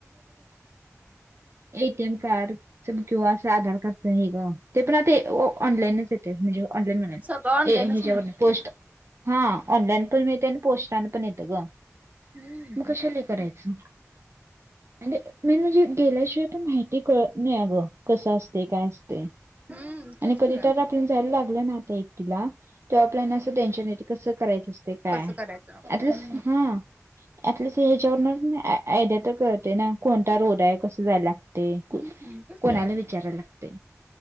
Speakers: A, on the right; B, on the right.
A: एटीएम कार्ड, असं किंवा असं आधार कार्डच हे गं, ते पण आता ऑनलाईनच येतंय, म्हणजे ऑनलाईन म्ह
B: सगळं ऑनलाईनच
A: ह्याच्यावर
B: मिळत
A: पोस्ट हा, ऑनलाइन पण मिळतंय अनी पोस्टन पण येतंय गं,
B: हम्म
A: मग कशाला हे करायचं. <inaudible> आणि मेन म्हणजे, गेल्याशिवाय पण माहिती कळत नाही अगं, कसं असतय काय असतय.
B: हम्म
A: आणि
B: तेच
A: कधीतरी
B: की
A: आपण जायला लागलं ना आता एकटीला तेव्हा आपल्यालांना असं टेन्शन येतय, कसं करायचं असतय काय,
B: कसं करायचं
A: ऍटलिस्ट
B: हम्म
A: हा एटलीस्ट हह्यच्यावरनं आयडिया तर कळतय नाय, कसं जाया लागतय, कोणता
B: हम्म
A: रोड आय तय,
B: तेच
A: कोणाला
B: की
A: विचाराय लागतय,